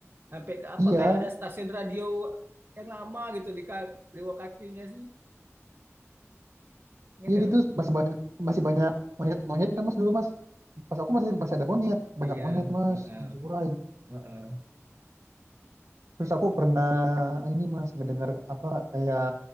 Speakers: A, on the right; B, on the right.
A: Sampai ke apa?
B: iya
A: Kayak ada stasiun radio yang lama gitu di ka- di bawah kakinya sih. Ini enggak.
B: iya gitu masih banyak masih banyak monyet monyet nggak mas dulu mas. Pas aku masih masih ada monyet banyak
A: Iya,
B: monyet mas
A: heeh,
B: di Shikurai.
A: heeh.
B: Terus aku pernah ini mas ngedengar apa kayak